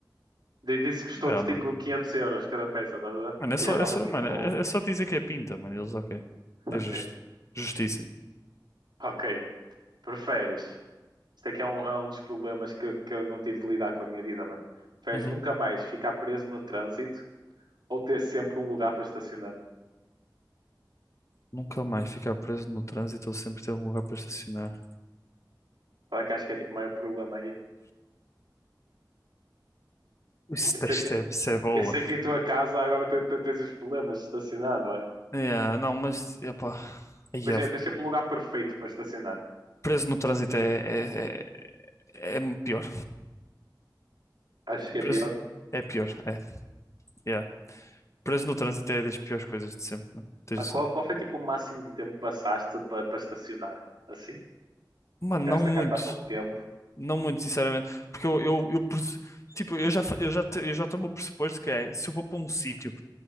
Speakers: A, on the right; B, on the left.
A: D- Disse que custou-te
B: Ah,
A: tipo
B: mano.
A: 500 euros cada peça, estás a ver?
B: Mano, é
A: E
B: só,
A: a malta
B: é só,
A: fica
B: mano,
A: tipo,
B: é
A: oh,
B: é só dizer que é pinta, mano, eles, ok.
A: ok,
B: É justo.
A: mano.
B: Justíssimo.
A: Ok, preferes. Isto é que é um, é um dos problemas que, que eu não tive de lidar com a minha vida, mano. Preferes
B: Uhum.
A: nunca mais ficar preso no trânsito ou ter sempre um lugar para estacionar.
B: Nunca mais ficar preso no trânsito ou sempre ter um lugar para estacionar.
A: Qual é que acho que é tipo o maior problema aí?
B: Isso,
A: Eu sei
B: isto
A: que,
B: é, isso é boa.
A: eu sei que em tua casa agora te- te- tens os problemas de estacionar, não é?
B: Yeah, não, mas epá, yeah,
A: Imagina, tens sempre o lugar perfeito para estacionar.
B: preso no trânsito é, é, é, é pior.
A: Acho que é
B: Preso
A: pior.
B: é pior, é. Yeah. Preso no trânsito é das piores coisas de sempre, mano. Tens
A: Mas
B: noção.
A: qual, qual foi tipo o máximo de tempo que passaste para, para estacionar? Assim,
B: Mano,
A: tiraste
B: não muito.
A: a carta há pouco tempo.
B: Não muito, sinceramente. Porque eu, eu, eu pres- tipo, eu já, fa- eu já, te- eu já tomo o pressuposto que é, se eu vou para um sítio